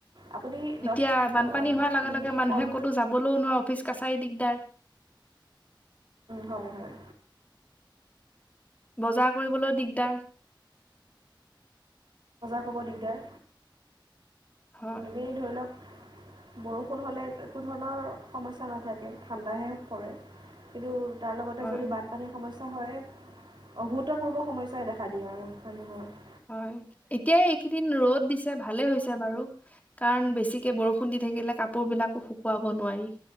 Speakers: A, on the right (about 70°); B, on the left (about 20°).
A: আপুনি দচ
B: এতিয়া বানপানী
A: অ
B: হোৱাৰ লগে লগে মানুহে
A: কল
B: ক'তো যাবলৈও নোৱাৰে অফিচ কাছাৰী দিগদাৰ
A: হয় হয়
B: বজাৰ কৰিবলৈ দিগ- দাৰ
A: হ'ব দিগদাৰ
B: হয়
A: এনেই ধৰি লওক বৰষুণ হ'লে একো ধৰণৰ সমস্যা নাথাকে ঠাণ্ডাহে পৰে কিন্তু তাৰ লগতে
B: হয়
A: যদি বানপানীৰ সমস্যা সা হয়ে অভূতপূৰ্ব সমস্যাই দেখা দিয়ে আৰু মানুহে
B: হয় এতিয়া এইকেইদিন ৰ'দ দিছে ভালে হৈছে বাৰু কাৰণ বেছিকে বৰষুণ দি থাকিলে কাপোৰ বিলাকো শুকুৱাব নোৱাৰি